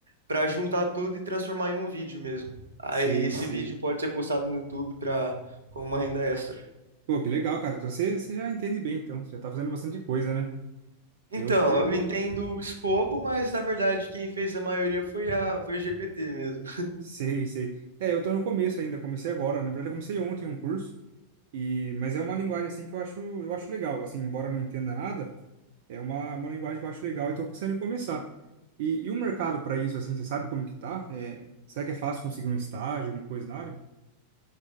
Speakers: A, on the right; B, on the right.
A: para juntar tudo e transformar em um vídeo mesmo. Aí
B: Sei,
A: esse
B: sei.
A: vídeo pode ser postado no YouTube para como uma renda extra.
B: Pô, que legal, cara. Então, você, você já entende bem, então. Você já tá fazendo bastante coisa, né?
A: Então,
B: Eu tô.
A: eu entendo o escopo, mas na verdade quem fez a maioria foi a foi o GPT mesmo.
B: Sei, sei. É, eu tô no começo ainda, comecei agora. Na verdade, eu comecei ontem um curso. E, mas é uma linguagem assim que eu acho, eu acho legal, assim, embora eu não entenda nada, é uma, uma linguagem que eu acho legal e estou pensando em começar. E, e o mercado para isso, assim, você sabe como que tá? É, será que é fácil conseguir um estágio, alguma coisa na área?